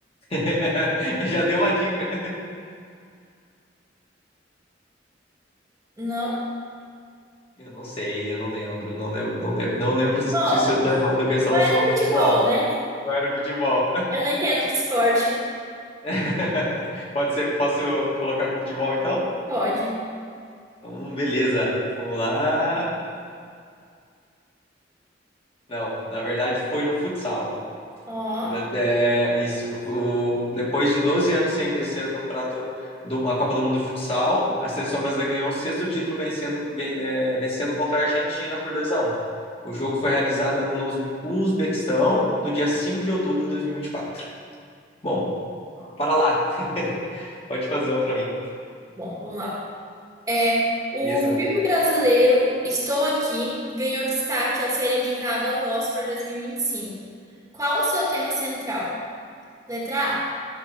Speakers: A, on the left (about 35°); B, on the right (about 20°).
A: <laughs> Já deu uma dica.
B: não.
A: Eu não sei, eu não lembro, não lembro, não lembro, não lembro
B: Bom,
A: se se eu tô errado com essa
B: vai
A: relação
B: no
A: ao
B: futebol,
A: futebol.
B: né?
A: Eu era o futebol.
B: Eu não entendo de esporte.
A: <laughs> Pode ser, posso colocar com futebol então?
B: Pode.
A: Então, beleza. Vamos lá. Não, na verdade foi no futsal.
B: Ó,
A: Bra- É, isso. O- depois de 12 anos sem vencer o campeonato do- a Copa do Mundo de Futsal, a seleção brasileira ganhou o sexto título vencendo, ven- é, vencendo contra a Argentina por 2 a um. O jogo foi realizado no Uz- Uzbequistão no dia 5 de outubro de dois mil e e vinte e quatro. Bom, para lá. Pode fazer uma para mim.
B: bom, vamos lá. É, o
A: Beleza.
B: filme brasileiro Estou Aqui ganhou destaque ao ser indicado ao Oscar 2025. Qual o seu tema central? Letra A.